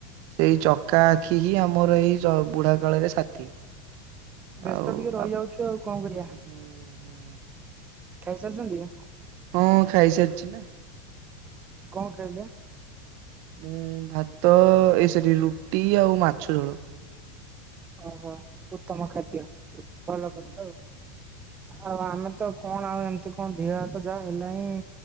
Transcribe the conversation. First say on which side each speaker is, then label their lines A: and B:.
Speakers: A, on the right; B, on the right.
A: ସେଇ ଚକା ଆଖି ହି ଆମର ଏଇ ବୁଢା କାଳରେ ସାଥି।
B: ବ୍ୟସ୍ତ
A: ଆଉ
B: ଟିକେ ରହିଯାଉଛୁ ଆଉ କଣ କରିଆ?
A: ହୁଁ ହୁଁ
B: ଖାଇସାରଛନ୍ତି ନା?
A: ହଁ ଖାଇସାରିଛି ନା
B: କଣ ଖାଇଲେ?
A: ମୁଁ ଭାତ, ଏଇ ସେଟି ରୁଟି ଆଉ ମାଛ ଝୋଳ।
B: ଓହୋ। ଉତ୍ତମ ଖାଦ୍ୟ ଭଲ
A: ହୁଁ
B: କରିଛ ଆଉ। ଆଉ ଆମେ ତ କଣ ଆଉ ଏମତି କଣ ଧିହ ହାତ ଯାହା ହେଲାଇଁ